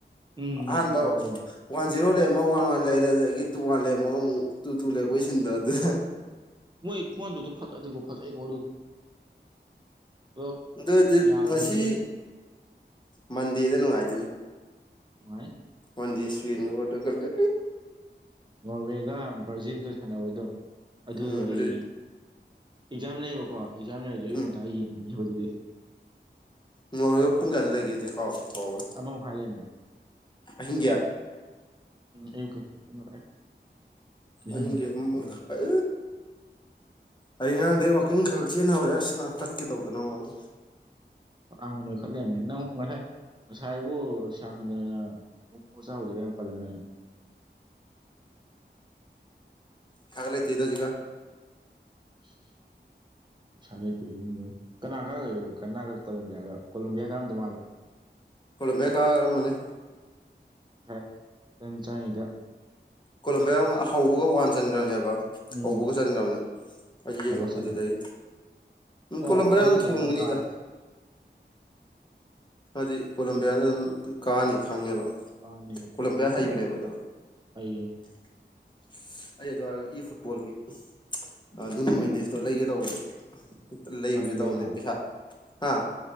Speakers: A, on the right (about 25°); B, on the left (about 25°).
A: ꯎꯝ ꯃ-
B: ꯑꯍꯥꯟꯕꯧ
A: ꯍꯣꯏ
B: ꯋꯥꯟ ꯖꯤꯔꯣ ꯂꯩꯔꯝꯃ ꯋꯥꯟ ꯋꯥꯟ ꯂꯩꯔꯦ ꯑꯗꯒꯤ ꯇꯨ ꯋꯥꯟ ꯂꯩꯔꯝꯃꯒ ꯑꯃꯨꯛ ꯇꯨ ꯇꯨ ꯂꯩꯔꯛꯄꯩ ꯁꯤꯟꯗꯣ ꯑꯗꯨ
A: ꯃꯣꯏ ꯈꯨꯋꯟꯗꯣꯛꯇꯣ ꯐꯖꯗꯦꯀꯣ ꯐꯖꯩꯀꯣ ꯑꯗꯨ ꯑꯗꯣ
B: ꯗꯗꯤ
A: ꯌꯥꯗꯕꯅꯤꯅꯦ
B: ꯉꯁꯤ ꯃꯟꯗꯦꯗ ꯅꯨꯡꯉꯥꯏꯗꯣꯏꯅꯦ
A: ꯅꯨꯡꯉꯥꯏ
B: ꯃꯟꯗꯦ ꯏꯁꯄꯦꯟꯒ ꯄꯣꯇꯨꯒꯟꯒ
A: ꯅꯣꯔꯋꯦꯒ ꯕ꯭ꯔꯥꯖꯤꯜꯒ ꯁꯥꯟꯅꯕꯗꯣ ꯑꯗꯨꯗꯣ
B: ꯎꯝ
A: ꯑꯩ
B: ꯑꯗꯨ
A: ꯑꯦꯛꯖꯥꯝ ꯂꯩꯌꯦꯕꯀꯣ ꯑꯦꯛꯖꯥꯝ ꯂꯩꯔꯁꯨ ꯑꯌꯨꯛ
B: ꯎꯝ
A: ꯉꯟꯇꯥ ꯌꯦꯡꯅꯤꯕ ꯑꯗꯨꯗꯤ
B: ꯅꯣꯔꯋꯦꯒ ꯄꯨꯡꯒꯥꯌꯥꯗ ꯂꯩꯒꯦ ꯑꯩꯗꯤ ꯀꯥꯎꯕꯨ ꯀꯥꯎꯔꯦ
A: ꯑꯃ ꯃꯈꯥꯏ ꯂꯩꯔꯝꯃꯦ
B: ꯑꯍꯤꯡꯒꯤ
A: ꯑꯌꯨꯛꯒꯤꯅꯦ ꯃꯈꯥꯏ ꯑꯍꯤꯡ
B: ꯑꯍꯤꯡꯒꯤ ꯑꯃ ꯃꯈꯥꯏ
A: ꯎꯝ
B: ꯑꯩ ꯉꯔꯥꯡꯗꯩ ꯋꯥꯀꯤꯡ ꯈ ꯈꯛ ꯆꯦꯟꯍꯧꯔꯦ ꯑꯁ ꯉ ꯇꯥꯠꯀꯦ ꯇꯧꯗꯅꯉꯣ ꯑꯩ
A: ꯐꯅꯥꯝ ꯅꯣꯏꯈꯠ ꯂꯩꯔꯝꯃ ꯅꯪ ꯉꯁꯥꯏꯕꯨ ꯁꯌꯥꯝꯁꯨꯟꯗꯔꯅ ꯃꯣꯃꯣ ꯆꯥꯔꯨꯁꯤꯒ ꯌꯥꯝ ꯄꯜꯂꯝꯗꯥꯏꯅꯦ
B: ꯄꯩꯁꯥꯒ ꯂꯩꯇꯦꯗ ꯍꯧꯖꯤꯛꯀꯥꯟ
A: <inaudible> ꯁꯥ ꯂꯩꯇꯦ ꯄꯤꯒꯤꯟꯕꯥ ꯀꯅꯥ ꯀꯒꯔꯒꯦ ꯀꯅꯥꯒ ꯀꯣꯂꯣꯝꯕꯤꯌꯥꯒ ꯀꯣꯂꯣꯝꯕꯤꯌꯥ ꯀꯔꯝꯗꯧ ꯃꯥꯜꯂꯦ
B: ꯀꯣꯂꯝꯕꯤꯌꯥ ꯀꯥꯒꯔꯝꯃꯅꯤ
A: ꯉꯁꯥꯏ ꯑꯩꯟ ꯆꯥꯉꯩꯗ
B: ꯀꯣꯂꯝꯕꯤꯌꯥ ꯋ ꯍꯧꯕꯒ ꯋꯥꯟ ꯆꯟꯒ꯭ꯔꯝꯅꯦꯕ
A: ꯎꯝ
B: ꯍꯧꯕꯒ ꯆꯟꯒ꯭ꯔꯝꯅꯦ ꯑꯩꯖꯨ ꯌꯦꯡꯉꯝꯕꯗꯨꯗꯩ
A: ꯑꯧꯕ ꯆꯟꯈ꯭ꯔꯦ
B: ꯎꯝ
A: ꯑꯣ
B: ꯀꯣꯂꯝꯕꯤꯌꯥꯅ
A: ꯑꯃ ꯆꯜꯂ
B: ꯊꯣꯡꯒꯅꯤꯗ
A: ꯑꯗꯨꯝ ꯀꯥꯔꯦ
B: ꯍꯥꯏꯗꯤ ꯀꯣꯂꯝꯕꯤꯌꯥꯅ ꯑꯗꯨꯝ ꯀꯥꯅꯤ ꯈꯪꯉꯦꯕ
A: ꯀꯥꯅꯤꯕ
B: ꯀꯣꯂꯝꯕꯤꯌꯥ ꯍꯩꯕꯅꯦꯕ ꯑꯗꯣ
A: ꯍꯩꯌꯦ
B: <unintelligible> ꯑꯩ ꯑꯗꯨ ꯍꯥꯏꯒ ꯏ ꯐꯨꯠꯕꯣꯜꯒꯤ ꯎꯝ ꯆ ꯑꯗꯨ ꯃꯦꯟꯗꯦꯁꯇꯣ ꯂꯩꯒꯦ ꯇꯧꯕꯅꯦ ꯎꯝ ꯇ ꯂꯩꯔꯨꯒꯦ
A: ꯐꯥꯔꯅꯦꯟꯗꯦꯁꯂꯣ
B: ꯇꯧꯕꯅꯦ ꯄꯩꯁꯥ ꯍꯥꯥ